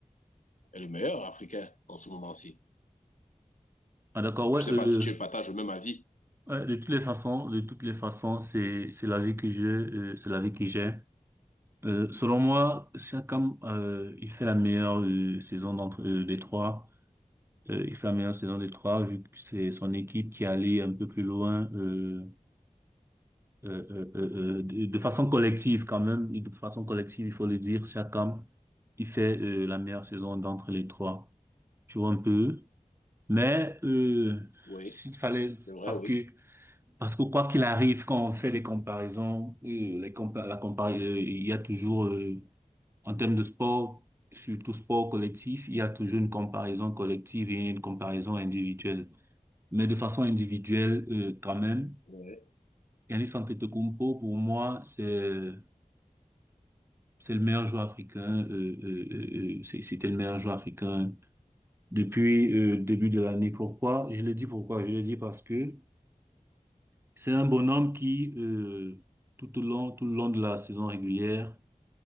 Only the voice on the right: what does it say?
Ah, d'accord, ouais,
euh,
ouais, de toutes les façons, de toutes les façons, c'est c'est la vie que j'ai, euh, c'est la vie que j'ai. Euh, selon moi, Siakam, euh, il fait la meilleure euh, saison d'entre euh, des trois. Euh, il fait la meilleure saison des trois vu que c'est son équipe qui est allée un peu plus loin. Euh, euh, euh, euh, de de façon collective quand même, et de façon collective, il faut le dire, Siakam, il fait euh, la meilleure saison d'entre les trois. Tu vois un peu. Mais euh,
s'il fallait,
parce
que parce que quoi qu'il arrive, quand on fait des comparaisons, euh, les compa la compar euh, il y a toujours euh, en termes de sport, surtout sport collectif, il y a toujours une comparaison collective et une comparaison individuelle. Mais de façon individuelle, euh, quand même,
Giannis Antetokounmpo, pour moi, c'est C'est le meilleur joueur africain. euh, euh, euh, euh, c'est- c'était le meilleur joueur africain depuis euh, le début de l'année. Pourquoi? Je le dis pourquoi? Je le dis parce que c'est un bonhomme qui euh, tout au long tout le long de la saison régulière,